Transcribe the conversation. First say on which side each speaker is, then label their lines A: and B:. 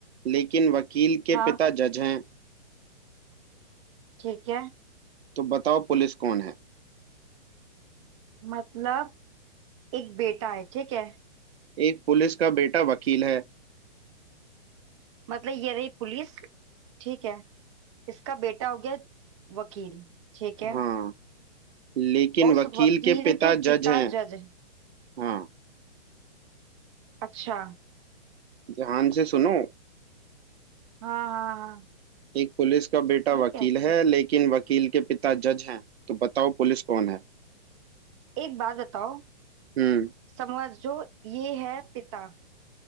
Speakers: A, on the right (about 85°); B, on the right (about 30°).
A: लेकिन वकील के
B: हाँ
A: पिता जज हैं
B: ठीक है
A: तो बताओ पुलिस कौन है
B: मतलब एक बेटा है ठीक है
A: एक पुलिस का बेटा वकील है
B: मतलब ये रही पुलिस ठीक है इसका बेटा हो गया वकील ठीक है
A: हाँ लेकिन
B: और उस
A: वकील
B: वकील
A: के पिता
B: के
A: जज
B: पिता
A: हैं
B: जज है
A: हाँ
B: अच्छा
A: ध्यान से सुनो
B: हाँ हाँ हाँ
A: एक पुलिस का बेटा
B: ये
A: वकील
B: कैसी
A: है
B: है
A: लेकिन वकील के पिता जज हैं तो बताओ पुलिस कौन है
B: एक बात बताओ
A: हम्म
B: समझो ये है पिता